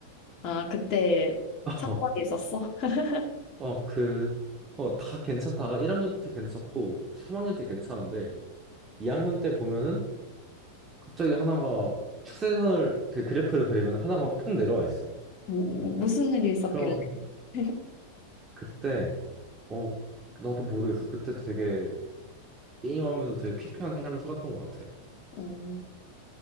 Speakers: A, on the left; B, on the right.
A: 아, 그때
B: <laughs>
A: 사건이
B: 어,
A: 있었어? <laughs>
B: 어, 그, 어, 다 괜찮다가 1학년 때 괜찮고 3학년 때 괜찮은데 2학년 때 보면은 갑자기 하나가 추세선을, 그 그래프를 그리면 하나가 폭 내려와 있어.
A: 뭐, 뭐, 무슨 일이 있었길래?
B: 그러,
A: <laughs>
B: 그때 어 나도 모르겠어. 그때 되게 게임하면서 되게 피폐한 삶을 살았던 것 같아.
A: 음,